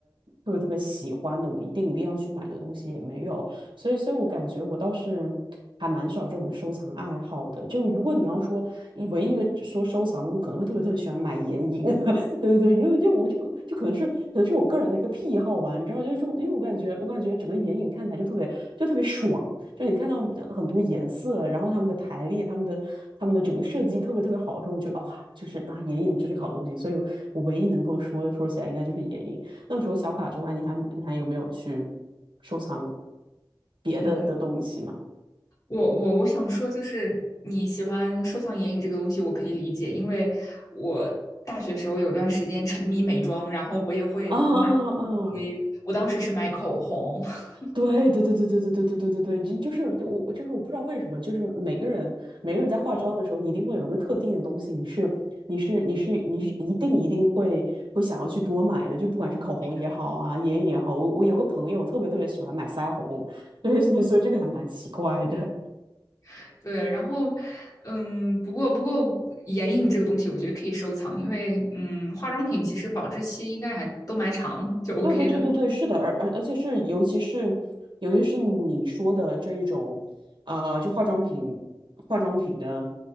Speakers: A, on the right; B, on the left.
A: 特别特别喜欢的，我一定一定要去买的东西也没有，所以所以我感觉我倒是。还蛮少这种收藏爱好的，就如果你要说唯一一个说收藏的，我可能会特别特别喜欢买眼影，<laughs> 对对对，因为因为我就可就可能是可能是我个人的一个癖好吧，你知道，就是因为我感觉我感觉整个眼影看起来就特别就特别爽，就你看到呃很多颜色，然后它们的排列、它们的它们的整个设计特别特别好的时候，我就得哇，就是那、啊、眼影真是个好东西，所以我我唯一能够说说起来应该就是眼影。那么除了小卡之外，你还你还有没有去收藏别的的东西呢？
B: 嗯，我我我想说，就是你喜欢收藏眼影这个东西，我可以理解，因为我大学时候有段时间沉迷美妆，然后我也会买
A: <laughs> 啊啊啊！啊
B: 一堆，我当时是买口红，<laughs>
A: 对对对对对对对对对对对，就就是就我就是我不知道为什么，就是每个人每个人在化妆的时候，
B: 嗯
A: 你一定会有一个特定的东西，你是你是你是你是一定一定会会想要去多买的，就不管是口红也好啊，
B: 是的
A: 眼影也好，我我有个朋友特别特别喜欢买腮红，<laughs> 对对，
B: 嗯
A: 所以这个还蛮奇怪的。
B: <laughs> 对，然后嗯，不过不过眼影这个东西，我觉得可以收藏，因为嗯，化妆品其实保质期应该还都蛮长，就 OK
A: 对对对对对，
B: 的。
A: 是的，而而而且是，尤其是，尤其是你说的这一种，呃，就化妆品，化妆品的